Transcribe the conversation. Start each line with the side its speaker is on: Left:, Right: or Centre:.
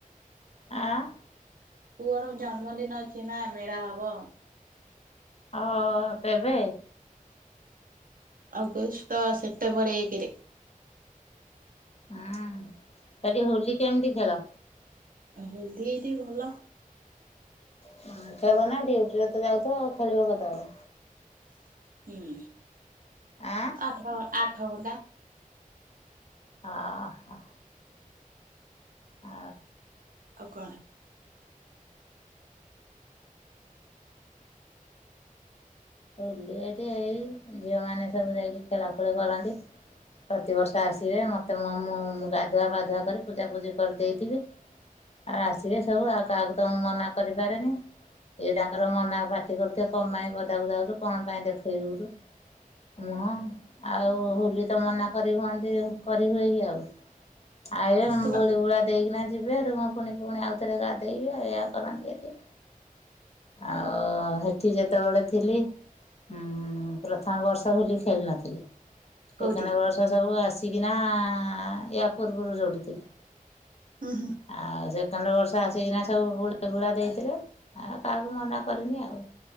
Left: ଆ?
Right: ପୁଅର ଜନ୍ମଦିନ ଅଛି ନା ମେଳା ହବ।
Left: ଅ କେବେ?
Right: ଅଗଷ୍ଟ ସେପ୍ଟେମ୍ବର ଏକେରେ।
Left: ହୁଁ ସେଠି ହୋଲି କେମିତି ଖେଳ?
Right: ହୋଲି ଏଇଠି ଭଲ।
Left: ହଁ ଖେଳନା ଡ୍ୟୁଟିରେ ତ ଯାଉଥିବ ଆଉ ଖେଳିବ କେତେବେଳେ।
Right: ହୁଁ।
Left: ଆଁ।
Right: ଆଠ ଆଠ ଘଣ୍ଟା।
Left: ଆ ହା। ଆ।
Right: ଆଉ କଣ?
Left: ହୋଲି ଏଠି ଏଇ ଝିଅ ମାନେ ସବୁ ଯାଇକି ଖେଳାଫେଳି କରନ୍ତି। ପ୍ରତିବର୍ଷ ଆସିବେ ମତେ ମ ମୁଁ ଗାଧୁଆ ପାଧୁଆ କରିକି ପୂଜାପୂଜି କରିଦେଇଥିବି। ଆସିବେ ସବୁ ଆଉ କାହାକୁ ତମ ମୁଁ ମନା କରିପାରେନି। ଏଇଟା ୟାଙ୍କର ମନା ପାଟି କରୁଥିବେ କଣ ପାଇଁ ପଦାକୁ ଯାଉଛୁ କଣ ପାଇଁ ଦେଖେଇ ହଉଛୁ। ମୁହଁ ଆଉ ହୋଲି ତ ମନା କରି ହୁଅନ୍ତି କରି ହୁଏ କି ଆଉ। ଆଉ
Right: ତୁ କା
Left: ବୁଳି ବୁଳା ଦେଇକିନା ଯିବେ ହେଠୁ କଣ ଫୁଣି ପୁଣି ଆଉଥରେ ଗାଧେଇବି ଏଇୟା କରନ୍ତି ଏଠି। ଆଉ ହେଠି ଯେତେବେଳେ ଥିଲି ହୁଁ ପ୍ର ଥମ ବର୍ଷ ହୋଲି ଖେଳି ନଥିଲି
Right: କୋଉଠି?
Left: ସେକେଣ୍ଡ ବର୍ଷ ସବୁ ଆସିକିନା ୟା ପୂର୍ବରୁ ଯୋଉଠି ଥିଲି।
Right: ହୁଁ ହୁଁ।
Left: ଆଉ ସେକେଣ୍ଡ ବର୍ଷ ଆସିକିନା ସବୁ ବୁଳି ବୁଳା ଦେଇଥିଲେ। ଆଉ କାହାକୁ ମନା କରିନି ଆଉ।